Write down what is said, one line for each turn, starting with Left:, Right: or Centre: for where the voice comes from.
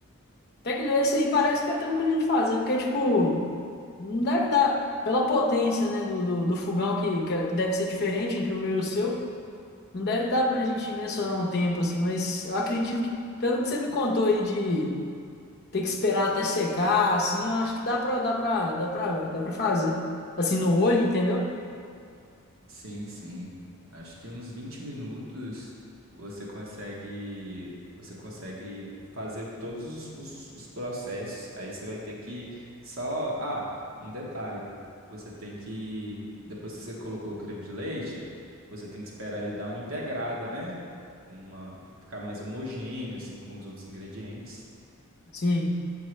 Left: Até que não, esse aí parece que é tranquilinho de fazer, porque, tipo, não deve dar. Pela potência, né, do, do, do fogão, que, que é, deve ser diferente entre o meu e o seu, não deve dar pra gente mensurar um tempo, assim, mas eu acredito que, pelo que você me contou aí de ter que esperar até secar, assim, eu acho que dá pra, dá pra, dá pra, dá pra fazer. Assim, no olho, entendeu?
Right: Sim, sim. Acho que uns 20 minutos você consegue, você consegue fazer todos os, os- os processos. Aí você vai ter que só. Ah, um detalhe. Você tem que. Depois que você colocou o creme de leite, você tem que esperar ele dar uma integrada, né? Uma, ficar mais homogêneo, assim, com os outros ingredientes.
Left: Sim,